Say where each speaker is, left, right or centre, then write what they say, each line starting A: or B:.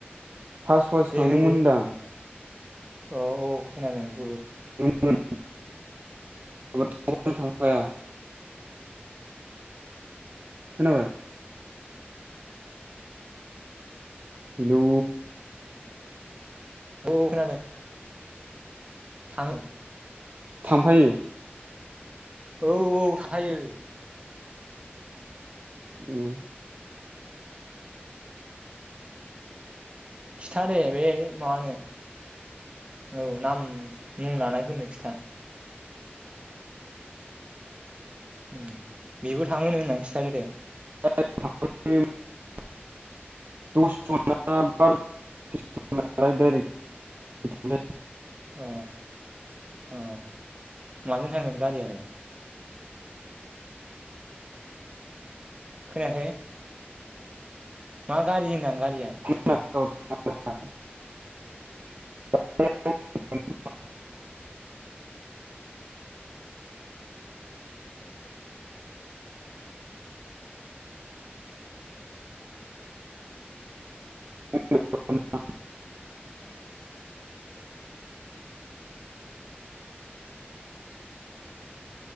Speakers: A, on the right; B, on the right.
A: फास फास
B: दे
A: खांदोंमोन
B: होनदो
A: होनदां
B: औ औ खोनादों <unintelligible>
A: <unintelligible> नो थांफाया खोनाबाय हेलौ
B: औ खोनादों थां
A: थांफायो
B: औ औ थांखायो
A: उम
B: खिथा दे बे मा होनो औ नाम मुं लानायफोरनो खिथा उम बेबो थांङोनो होननानै खिथा दे
A: <unintelligible>
B: अ अ माजों थांगोन गारियालाय खोनायाखै मा गारि होदां गारि
A: <unintelligible> <unintelligible> <unintelligible> <unintelligible>